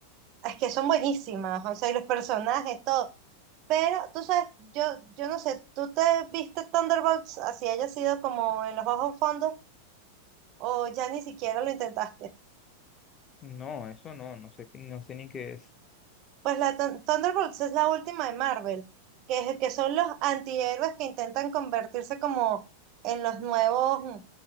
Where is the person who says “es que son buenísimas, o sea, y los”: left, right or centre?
Right